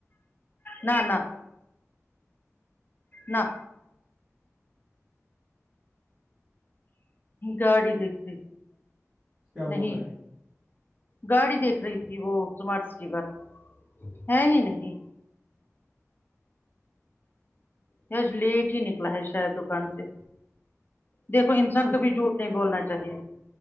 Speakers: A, on the left; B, on the right.
A: نہ نہ نہ گاڑی دیکھتی
B: کیا
A: نہیں
B: بول رہا ہے
A: گاڑی دیکھ رہی تھی وہ سمارٹ سٹی پر ہے ہی نہیں یہ آج لیٹ ہی نکلا ہے شاید دکان سے دیکھو انسان
B: اف،
A: کبھی جھوٹ نہیں بولنا چاہیے